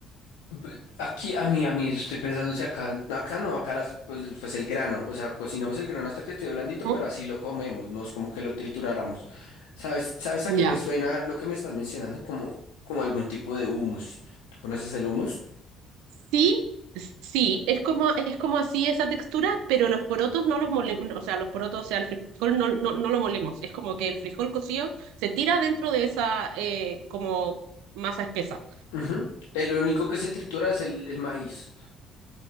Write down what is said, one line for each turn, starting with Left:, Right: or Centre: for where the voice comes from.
Left: B- Aquí a mí, a mí, estoy pensando si acá, acá no, acá las, pues pues el grano, o sea, cocinamos el grano hasta que esté blandito,
Right: Ujú.
Left: pero así lo comemos, no es como que lo trituráramos. ¿Sabes, sabes a
Right: Ya.
Left: qué me suena lo que me estás mencionando? Como, como algún tipo de humus. ¿Tú conoces el humus?
Right: Sí, sí, es como, es como así esa textura, pero los porotos no los molemos, o sea, los porotos, o sea, el frijol no, no, no lo molemos, es como que el frijol cocido se tira dentro de esa eh, como masa espesa.
Left: Ujú. El único que se tritura es el, el maíz.